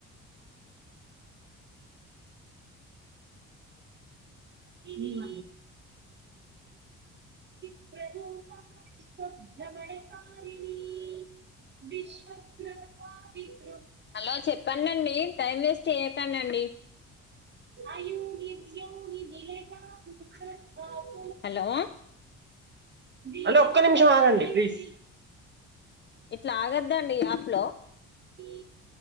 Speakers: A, on the right; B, on the left.
A: నీళ్ల <unintelligible> విశ్వక <inaudible>
B: హలో చెప్పడండి టైం వేస్ట్ చేయకండండి
A: అయయు నిర్త్యోని నిగా ముఖ <inaudible>
B: హలో
A: హలో ఒక్క నిమిషం ఆగండి ప్లీజ్
B: ఇట్ల ఆగద్దండి ఈ యాప్ లో
A: ఈ